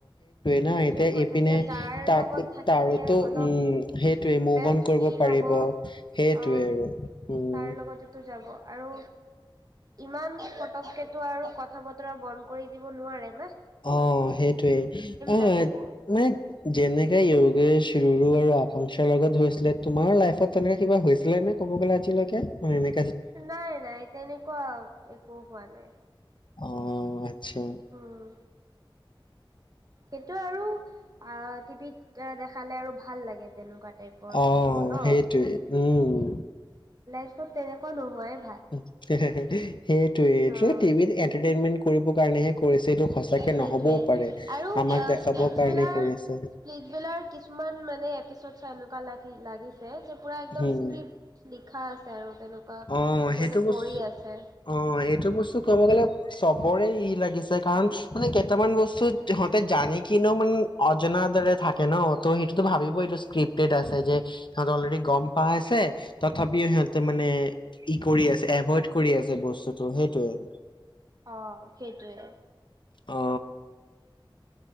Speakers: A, on the left; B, on the right.
A: ন
B: সেইটোৱে
A: এতিয়া
B: কথা
A: এইপিনে
B: এতিয়া যাৰ
A: তাক
B: লগত থাকিলে
A: তাৰোতো
B: অলপ
A: উম সেইটোৱে মভ
B: বেষ্ট
A: অন কৰিব
B: ফিল হ'ব।
A: সেইটোৱে
B: অ'
A: আৰু উম।
B: তাৰ লগতেতো যাব আৰু ইমান পটকেতটো আৰু কথা কথা বতৰা বন্ধ কৰি দিব নোৱাৰে মই
A: অ' সেইটোৱেই অ'
B: লাগিব।
A: মানে। যেনেকে যয়োগেশ ৰুৰু আৰু আকাংক্ষাৰ লগত হৈছিলে তোমাৰ লাইফত তেনেকে কিবা হৈছিলে নে ক'ব গ'লে আজিলৈকে মানে এনে
B: নাই -নাই তেনেকুৱা একো হোৱা নাই।
A: অ' অসম <unintelligible>
B: উম। সেইটো আৰু অ টিভিত দেখালে আৰু ভাল লাগে তেনেকুৱা। টাইপৰ
A: অ
B: শ্ব' ন।
A: 'সেইটোৱে উম।
B: পিছত তেনেকুৱা নোহোৱাই ভাল।
A: অ ' হে- হে -হে <inaudible> সেইটোৱেই এই
B: অ',
A: টিভিত এন্টাৰটেইনমেন্ট কৰিবৰ কাৰণেহে কৰিছে ।এইটো সঁচাকে
B: সেইটোৱে
A: নহবও পাৰে
B: আৰু
A: আমাক দেখাবৰ
B: স্পিচবিলাক
A: কাৰণে কৰিছে।
B: স্পিচবিলাক কিছুমান মানে এপিচড চাই এনেকুৱা লাগি লাগিছিল। যে পুৰা একদম
A: হম,
B: স্ক্ৰিপ্ট লিখা আছে আৰু। তেনেকুৱা সিহঁতে
A: অ', সেইটো
B: কৰি
A: বস্তু
B: আছে।
A: অ এইটো বস্তু ক'ব গ'লে চবৰে ই লাগিছে কাৰণ মানে কেইটামান বস্তু সিহঁতে জানি কিনেও মানে নজনাৰ দৰে থাকে ন 'ত সেইটোতো ভাবিব এইটো স্ক্ৰিপটেড আছে যে সিহতে অলৰেডি গম পাই আছে তথাপিও সিহঁতে মানে ই কৰি আছে এভইড কৰি আছে বস্তুটো সেইটোৱে।
B: অ' সেইটোৱে।
A: অ